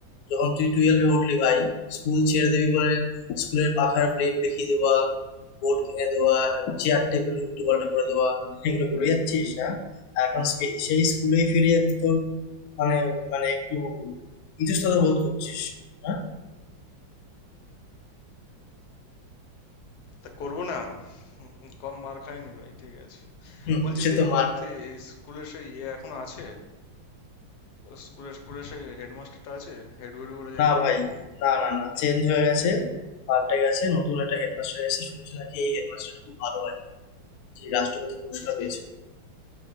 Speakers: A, on the left; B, on the left.
A: যখন তুই টুয়েলভে উঠলি ভাই স্কুল ছেড়ে দিবি বলে স্কুলের পাখার প্লেট দেখিয়ে দেওয়া বোর্ড ভেঙে দেওয়া চেয়ার টেবিল উল্টো পাল্টা করে দেওয়া এগুলো ভুলে যাচ্ছিস হ্যাঁ আর এখন সে- সেই স্কুলেই ফিরে যেতে তোর মানে মানে একটু ইতস্তত বোধ করছিস হ্যাঁ
B: তা করবো না কম মার খাইনি ভাই ঠিক আছে
A: হুম,
B: বলছি
A: সে
B: সেই
A: তো মার
B: কলেজে
A: খাবে।
B: স্কুলের সেই ইয়ে এখনো আছে স্কুলের স্কুলের সেই হেডমাস্টারটা আছে হেড হুডু বলে যাকে
A: না
B: ডাকতাম
A: ভাই না না না চেঞ্জ হয়ে গেছে পাল্টে গেছে নতুন একটা হেডমাস্টার এসে শুনছি নাকি এই হেডমাস্টারটা খুব ভালো ভাই যে রাষ্ট্রপতি পুরস্কার
B: কি
A: পেয়েছে
B: কি